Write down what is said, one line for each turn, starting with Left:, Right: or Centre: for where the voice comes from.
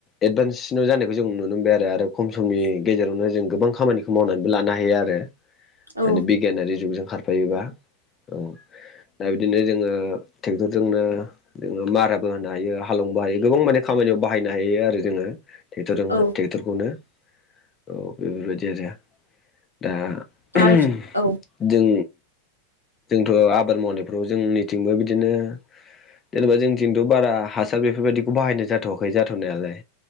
Left: एडभान्ससिनाव जानायखौ जों नुनो मोनबाय आरो आरो खम समनि गेजेरावनो जों गोबां खामानिखौ मावनानैबो लानो हायो आरो
Right: औ
Left: दानि बिगियानारि जुगजों खारफायोबा औ दा बिदिनो जोङो टेक्ट'रजोंनो जोङो माराबो होनो हायो हालवनोबो हायो गोबां माने खामानियाव बाहायनो हायो आरो जोङो टेक्टरजोंनो
Right: औ
Left: टेक्टरखौनो औ बेफोरबायदि आरो दा
Right: दा
Left: <unintelligible>
Right: औ
Left: जों जोंथ' आबाद मावनायफ्राव जोंनिथिंबो बिदिनो जेनेबा जोंथिंथ' बारा हासार बेफोरबायदिखौ बाहायनाय जाथ'वाखै जाथ'नायालाय